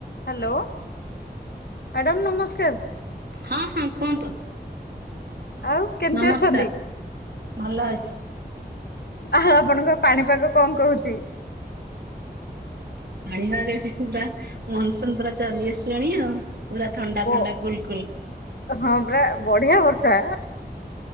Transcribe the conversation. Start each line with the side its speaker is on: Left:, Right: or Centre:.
Left: Hello madam ନମସ୍କାର।
Right: ହଁ ହଁ କୁହନ୍ତୁ
Left: ଆଉ କେମିତି
Right: ନମସ୍କାର
Left: ଅଛନ୍ତି?
Right: ଭଲ ଅଛି।
Left: ଆଉ ଆପଣଙ୍କର ପାଣିପାଗ କଣ କହୁଛି?
Right: ପାଣି ଭାଗ ଏଠି ପୁରା ମନସୁନ ପୁରା ଚଲି ଆସିଲାଣି ଆଉ ପୁରା ଥଣ୍ଡା
Left: ବ
Right: ଥଣ୍ଡା କୁଲ କୁଲ।
Left: ହଁ ପୁରା ବଢିଆ ବର୍ଷା।